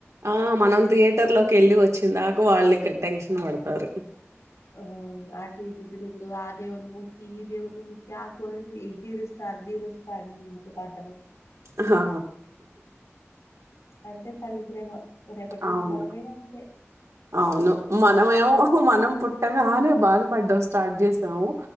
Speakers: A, on the right; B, on the left.
A: ఆ మనం థియేటర్ లోకెళ్ళి వచ్చిన్దాకా వాల్లిక్కడ టెన్షన్ పడతారు
B: ఆ అటిట్ ద్రి ఇ ఆ దేవను ముఖి ఈ దేవను ముఖి ఆకు ఎగదిరుస్తా అది ఇరుస్తా అ ని అంటారు
A: ఆ
B: అంతే తల్లి ప్రేమ రేపటి రోజు
A: అవును
B: మనమైనా అంతే
A: అవును మనమేమో మనం పుట్టగానే బాధపడ్డం స్టార్ట్ చేసాము